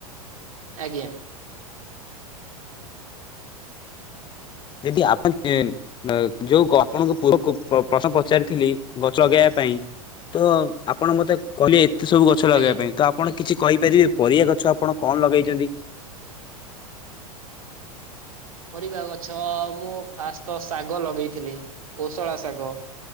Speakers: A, on the right (about 65°); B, on the left (about 25°).
A: ଆଜ୍ଞା।
B: ଯଦି ଆପଣ <unintelligible> ଯୋଉ ଆପଣଙ୍କୁ ପଅକୁ ପ୍ରଶ୍ନ ପଚାରିଥିଲି ଗଛ ଲଗେଇବା ପାଇଁ। ତ ଆପଣ ମତେ କହିଲେ ଏତେ ସବୁ ଗଛ ଗଛ ଲଗେଇବା
A: ଆଜ୍ଞା।
B: ପାଇଁ ତ ଆପଣ କିଛି କହିପାରିବେ ପରିବା ଗଛ ଆପଣ କଣ ଲଗେଇଛନ୍ତି?
A: ପରିବା ଗଛ ମୁଁ ଫାଷ୍ଟ ତ ଶାଗ ଲଗେଇଥିଲି, କୋଶଳା ଶାଗ।